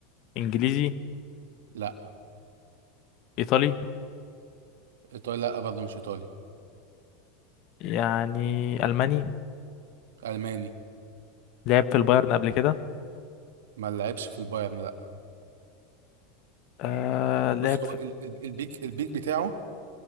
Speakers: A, on the left; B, on the right.
A: انجليزي
B: لا
A: ايطالي
B: ايطالي لا برضه مش ايطالي
A: يعني الماني
B: الماني
A: لعب في البايرن قبل كده
B: ما لعبش في البايرن لا
A: آه لعب
B: بص هو
A: في
B: ال- ال- البيك البيك بتاعه